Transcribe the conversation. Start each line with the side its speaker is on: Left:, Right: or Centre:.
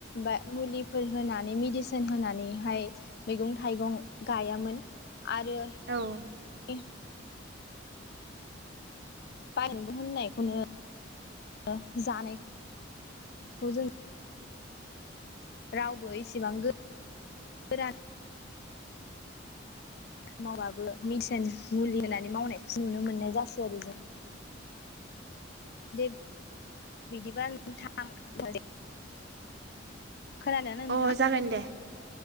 Left: बा मुलिफोर होनानै मेडिसोन होनानैहाय मैगं थाइगं गायामोन। आरो
Right: औ
Left: ए बाय मैगं होननायखौनो ओ जानायख थ' जों रावबो इसेबां गो रान मावबाबो मेदिसोन मुलि होनानै मावनायखौसो नुनो मोननाय जासै आरो जों। दे बिदिबा नोंथां <unintelligible> खोनादों ना नोंथाङा?
Right: अ जागोन दे